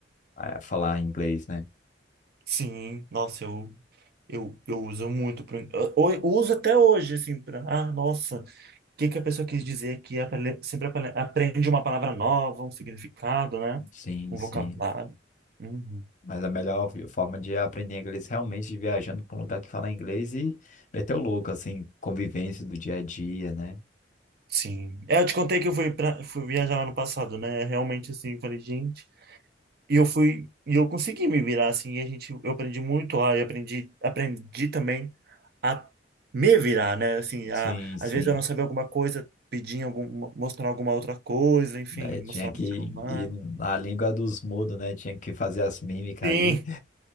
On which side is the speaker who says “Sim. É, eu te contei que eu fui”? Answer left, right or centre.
Right